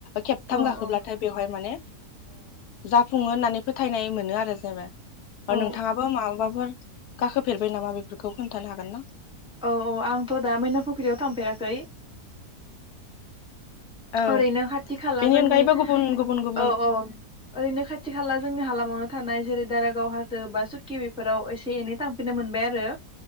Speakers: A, on the left; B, in the centre.
A: खेबथाम
B: औ
A: गाखोब्लाथाय
B: औ
A: बेवहाय माने जाफुङो होननानै फोथायनाय मोनो आरो जेनेबा
B: औ
A: नोंथाङाबो माबबाफोर गाखो मा बेफोरखौ खोनथानो हागोन ना?
B: औ औ आंथ दा मैना फुख्रियाव थांफेराखै।
A: औ
B: ओरैनो खाथि खाला
A: बेनि
B: जोंनि
A: अनगायैबो गुबुन गुबुन गुबुन
B: औ औ ओरैनो खाथि खाला जोंनि हालामावनो थानाय जेरै दारागाव हाजो बा सुकि बेफोराव एसे एनै थांफिननो मोनबाय आरो।